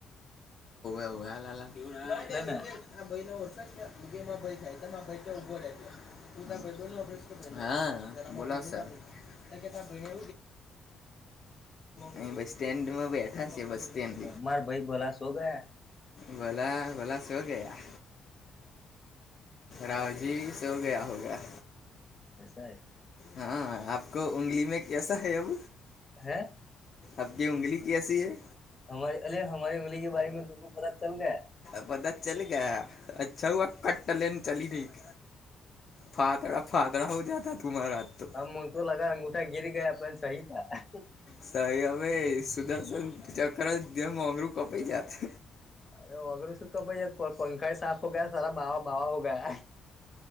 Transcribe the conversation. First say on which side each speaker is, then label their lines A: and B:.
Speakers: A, on the left (about 50°); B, on the left (about 25°).
A: એવું હ લ
B: લેને
A: રીતે આ ભ ન ઓ ભય થાયાઈ્યા ઉભો ર <unintelligible> હા બોલો સર નહી અહી બસ સ્ટેન્ડ માં બેઠા છે બસ સ્ટેન્ડ
B: માર ભાઈ ભોલા શો ગયા
A: ભોલા ભોલા સો ગયા રાાવજી સો ગયા હોગા
B: એસ હૈ
A: હા આપકો ઉઊગલી મે કસા હૈ અબ
B: હે
A: આપકી ઉઊગલી કસી હૈ
B: આલિયા હમારી ઉંગલી કે બારે મેં આપકો પાતા ચલ ગયા
A: પતા ચલ ગયા અચ્છા ઉ કટ લેને ચલી રઠઈક ફાતડા ફાતડા હો જતા તુંમારા આજ તો
B: હા મુઝકો લગા અંગુઠા ગિરી ગાય પણસહી થા
A: સાહી હવે સુદર્શન ચક્ર જ જે ઊંગરુ કપાઈ જાયત
B: હ અગર સુ ભાઈ પંખા સાફ હો ગયા સારા બાવા બાવા હો ગયા